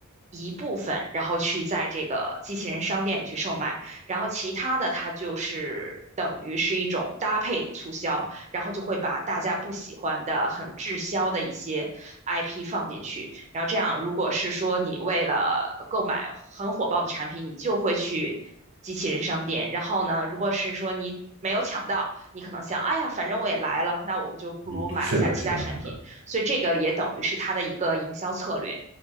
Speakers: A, on the right; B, on the right.
A: 一部分，然后去在这个机器人商店里去售卖，然后其他的它就是等于是一种搭配促销，然后就会把大家不喜欢的、很滞销的一些 IP 放进去。然后这样，如果是说你为了购买很火爆的产品，你就会去机器人商店。然后呢，如果是说你没有抢到，你可能想，哎呀，反正我也来了，那我不就不如买一下其他产品。
B: 嗯，是的，是的，是的。
A: 所以这个也等于是它的一个营销策略。